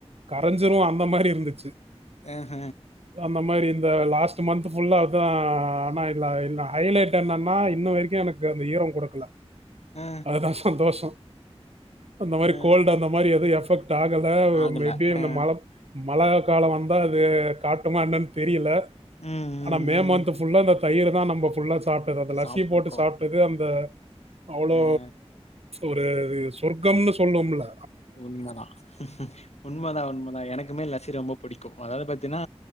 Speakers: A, on the right; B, on the left.
A: கரைஞ்சுரு அந்த மாரி இருந்துச்சு
B: ஆஹ
A: அந்த மாரி இந்த லாஸ்ட் ந்த்து மந்த்து ஃபுல்லா அதா ஆனா இல்ல இல்ல ஹைலைட் என்னன்னா இன்ன வரிக்கு எனக்கு அந்த ஈர குடுக்கல
B: ஆ
A: அதுதா சந்தோஷ அந்த மாரி
B: ஆ ஆ
A: கோல்டு அந்த மாரி எது எஃபெக்ட் ஆகல
B: ஆகல
A: இந்த
B: ஆ
A: மழ மழை கால வந்தா இது காட்டுமா என்னன் தெரியல
B: ம் ம்
A: த மே மந்த்
B: ம்
A: புல்லா அந்த தயிரதா நம்ம புல்லா சாப்ட்டது அந்த லஸ்சி
B: சாப்ட்ருக்கோ
A: போட்டு சாப்ட்டது அந்த அவ்ளோ
B: ஆ
A: ஒரு சொர்க்கம்னு சொல்வோம்ல
B: உண்மதா உண்மதா உண்மதா எனக்குமே லசி ரொம்ப புடிக்கும் அதாவது பாத்தீன்னா